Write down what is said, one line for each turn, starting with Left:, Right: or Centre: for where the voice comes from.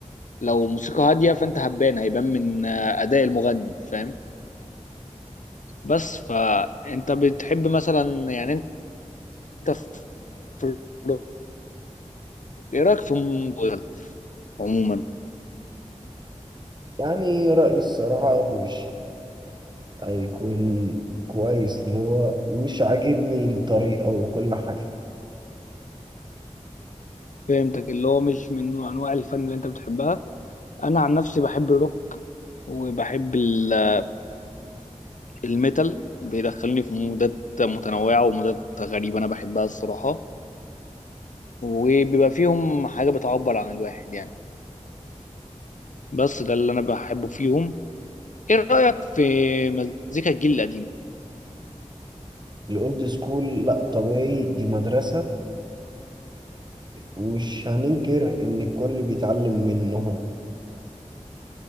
Left: لو موسيقى هادية فأنت هتبان هيبان من آه، أداء المغني فاهم بس فانت بتحب مثلا يعني انت في الروك ايه رايك في الموبايل عموما
Right: يعني رأيي الصراحة مش هيكون كويس اللي هو مش عاجبني الطريقة وكل حاجة
Left: فهمتك اللي هو مش من انواع الفن اللي انت بتحبها انا عن نفسي بحب الروك وبحب ال- الميتال بيدخلني في مودات متنوعه ومودات غريبه انا بحبها الصراحه وبيبقى فيهم حاجه بتعبر عن الواحد يعني بس ده اللي انا بحبه فيهم ايه رايك في مزيكا الجيل القديم
Right: الأولد سكول لأ طبيعي دي مدرسة ومش هننكر إن الكل بيتعلم منهم